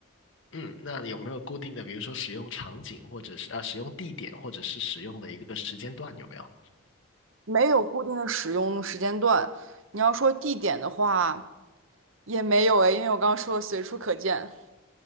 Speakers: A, on the left (about 65°); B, on the right (about 70°).
A: 嗯，那有没有固定的，比如说使用场景或者是啊使用地点或者是使用的一个时间段有没有？
B: 没有固定的使用时间段。你要说地点的话，也没有诶，因为我刚刚说了随处可见，